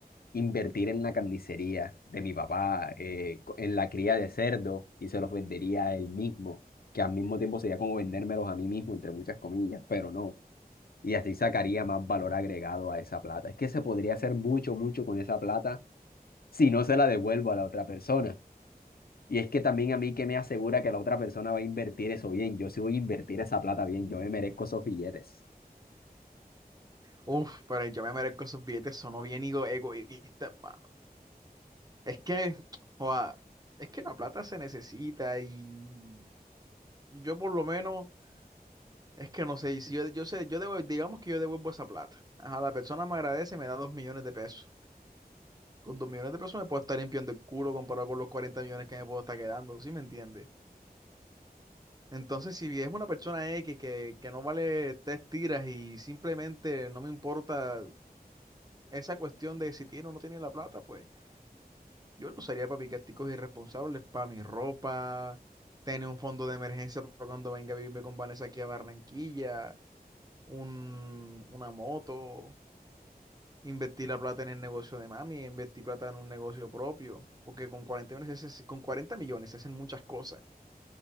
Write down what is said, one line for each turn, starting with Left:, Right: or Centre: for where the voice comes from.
Left: invertir en una carnicería de mi papá, eh, co- en la cría de cerdos, y se los vendería a él mismo, que al mismo tiempo sería como vendérmelos a mí mismo, entre muchas comillas, pero no. Y así sacaría más valor agregado a esa plata. Es que se podría hacer mucho, mucho con esa plata si no se la devuelvo a la otra persona. Y es que también a mí que me asegura que la otra persona va a invertir eso bien. Yo sí voy a invertir esa plata bien. Yo me merezco esos billetes.
Right: Uf, pero yo me merezco esos billetes, sonó bien ego- egoísta, hermano. Es que, <tsk> joa, es que la plata se necesita y yo por lo menos Es que no sé, y si yo, yo sé, yo devuelvo, digamos que yo devuelvo esa plata. Ajá, la persona me agradece y me da dos millones de pesos. Con dos millones de pesos me puedo estar limpiando el culo comparado con los 40 millones que me puedo estar quedando, ¿sí me entiendes? Entonces, si es una persona X que, que no vale tres tiras y simplemente no me importa esa cuestión de si tiene o no tiene la plata, pues yo lo usaría para picasticos irresponsables, para mi ropa, tener un fondo de emergencia para cuando venga a vivirme con Vanessa aquí a Barranquilla, un, una moto. Invertí la plata en el negocio de mami, invertí plata en un negocio propio, porque con 40 millones, se hace- con 40 millones se hacen muchas cosas.